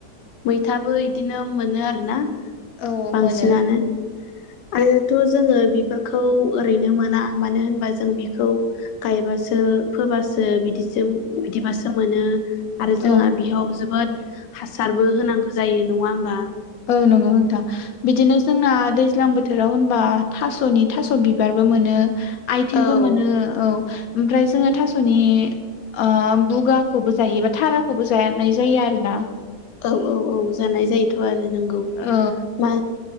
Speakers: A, on the left; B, on the left.
A: मैथाबो इदिनो मोनो आरोना।
B: औ
A: बांसिनानो
B: मोनो
A: आरोथ जोङो बिबारखौ ओरैनो मोना मानो होनबा जों बिखौ गायबा सो फोबासो बिदिसो बिदिबासो मोनो। आरो जोंहा
B: औ
A: बेयाव जोबोद हासारबो होनांगौ जायो नङा होमबा?
B: औ नंगौ नोंथां बिदिनो जोंना दैज्लां बोथोराव होनबा थास'नि थास' बिबार बो मोनो आथिंबो
A: औ
B: मोनो औ मफ्राय जोङो थास'नि ओ बुगाखौबो जायोबा थाराखौबो जानाय जायो आरोना।
A: औ औ औ जानाय जायोथ' आरो नोंगौ।
B: औ
A: मा